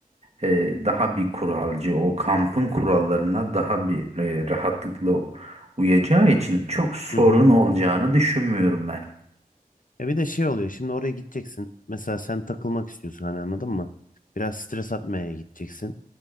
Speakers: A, on the right (about 45°); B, on the left (about 60°).
A: e, daha bir kuralcı o kampın kurallarına daha bir e, rahatlıkla uyacağı için çok sorun
B: Hı hı.
A: olacağını düşünmüyorum ben.
B: Ya bir de şey oluyor şimdi oraya gideceksin. Mesela sen takılmak istiyorsun hani anladın mı? Biraz stres atmaya gideceksin.